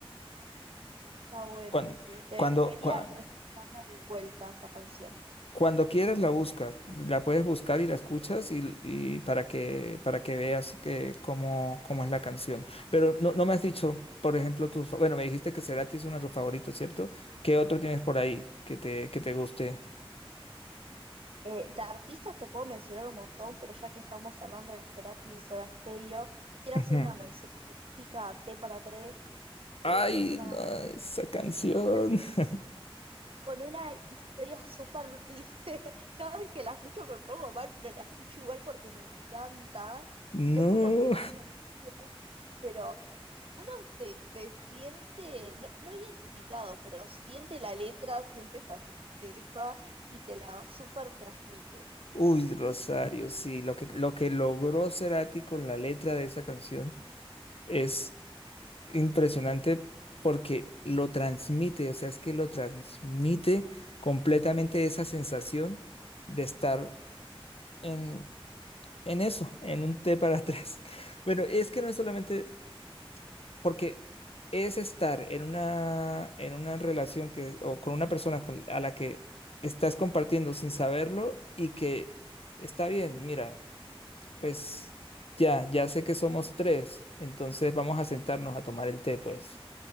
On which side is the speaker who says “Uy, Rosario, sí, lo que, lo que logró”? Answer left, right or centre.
Left